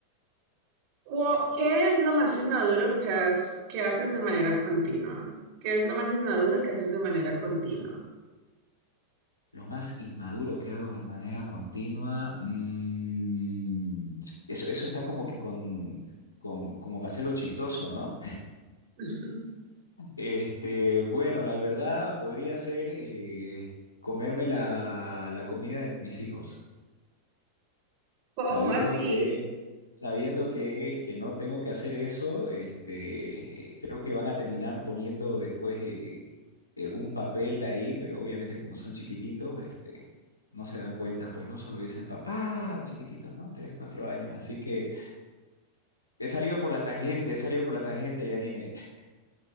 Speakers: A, on the right; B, on the left.
A: Cu- ¿Qué es lo más inmaduro que, has- que haces de manera continua? ¿Qué es lo más inmaduro que haces de manera continua?
B: Lo más inmaduro que hago de manera continua, mm, eso, eso está como que con, con, como para hacerlo chistoso, ¿no?
A: <laughs>
B: Este, bueno, la verdad podría ser eh, comerme la, la comida de mis hijos,
A: ¿Cómo
B: sabiendo
A: así?
B: que, sabiendo que, que no tengo que hacer eso, este, eh, creo que van a terminar poniendo después eh, eh, eh, un papel ahí, pero obviamente como son chiquititos, este, no se dan cuenta, pues no solo dicen papá, chiquititos, ¿no? Tres, cuatro años, así que he salido por la tangente, he salido por la tangente, Yanine. <laughs>